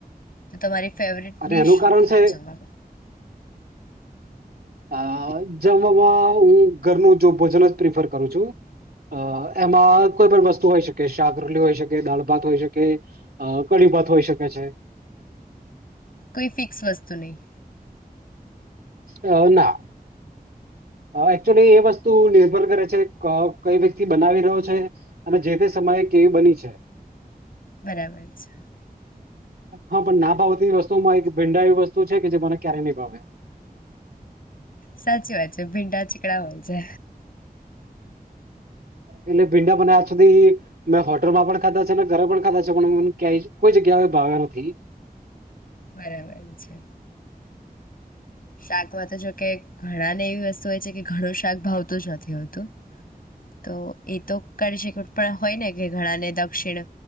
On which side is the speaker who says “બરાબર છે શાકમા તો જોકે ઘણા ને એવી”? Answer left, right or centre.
Left